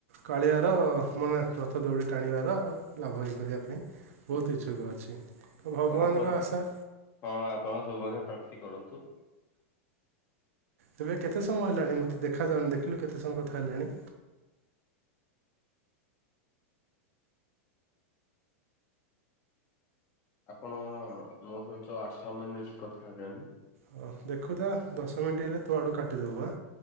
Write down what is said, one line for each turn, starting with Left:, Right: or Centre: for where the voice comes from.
Right: କାଳିଆାର ମାନେ ରଥ ଦୌଡ଼ି ଟାଣିବାର ଲାଭ ହେଇ କରିବା ପାଇଁ। ବହୁତ
Left: ହଁ
Right: ଇଚ୍ଛୁକ ଅଛି। ଭଗବାନଙ୍କ
Left: ଆପଣ
Right: ଆଶା।
Left: ହଁ ଆପଣ ସୌଭାଗ୍ୟ ପ୍ରାପ୍ତି କରନ୍ତୁ।
Right: ତେବେ କେତେ ସମୟ ହେଲାଣି ମୋତେ ଦେଖାଯାଉନି ଦେଖିଲୁ କେତେ ସମୟ କଥା ହେଲାଣି।
Left: ଆପଣ ମୋ ସହିତ ଆଠ ମିନିଟ୍ କଥା ହେଲେଣି।
Right: ହଉ ଦେଖୁ ଥା ଦଶ ମିନିଟ୍ ହେଲେ ତୋ ଆଡ଼ୁ କାଟିଦବୁ ଆ।